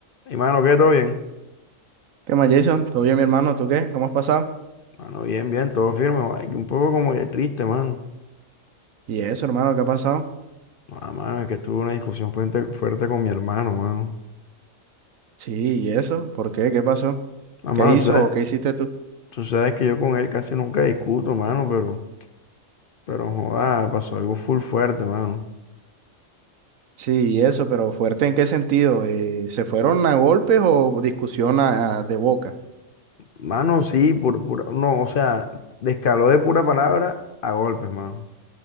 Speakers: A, on the left; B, on the right.
A: Hey, mano, ¿qué? ¿Todo bien?
B: ¿Qué más, Jason? ¿Todo bien, mi hermano? ¿Tú qué? ¿Cómo has pasado?
A: Mano, bien, bien, todo firme. Ay, que un poco como que triste, mano.
B: ¿Y eso, hermano? ¿Qué ha pasado?
A: Ah, mano, es que tuve una discusión fuerte, fuerte con mi hermano, mano.
B: Sí, ¿y eso? ¿Por qué? ¿Qué pasó?
A: Ah,
B: ¿Qué
A: mano,
B: hizo
A: tú sabes,
B: o qué hiciste tú?
A: tú sabes que yo con él casi nunca discuto, mano, pero, pero, joda, pasó algo full fuerte, mano.
B: Sí, ¿y eso? ¿Pero fuerte en qué sentido? Eh, ¿se fueron a golpes o discusión a- a- de boca?
A: Mano, sí, pura, pura- no, o sea, descaló de pura palabra a golpes, mano.